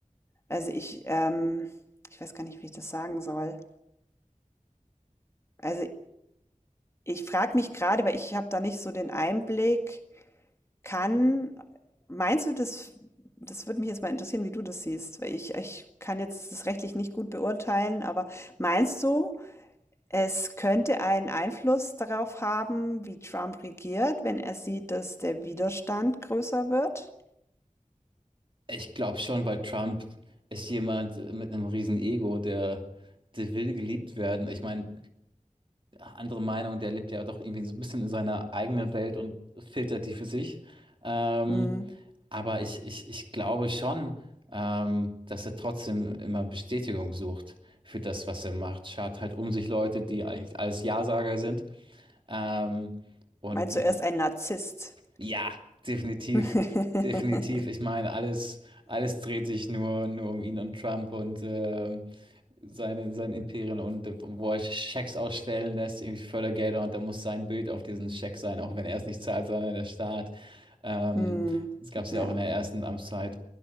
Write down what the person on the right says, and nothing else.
Ich glaube schon, weil Trump ist jemand mit einem riesen Ego, der, der will geliebt werden. Ich meine, andere Meinung, der lebt ja doch irgendwie so ein bisschen in seiner eigenen Welt und filtert die für sich. Ähm,
aber ich, ich, ich glaube schon, ähm, dass er trotzdem immer Bestätigung sucht für das, was er macht. Schart halt um sich Leute, die eigentlich alles Ja-Sager sind. Ähm, und
äh,
ja, definitiv.
Definitiv. Ich meine, alles, alles dreht sich nur, nur um ihn und Trump und ähm, seine, sein Imperien und äh, wo er Schecks ausstellen lässt, irgendwie Fördergelder und da muss sein Bild auf diesen Scheck sein, auch wenn er es nicht zahlt, sondern der Staat. Ähm,
das gab es
ja auch in der ersten Amtszeit.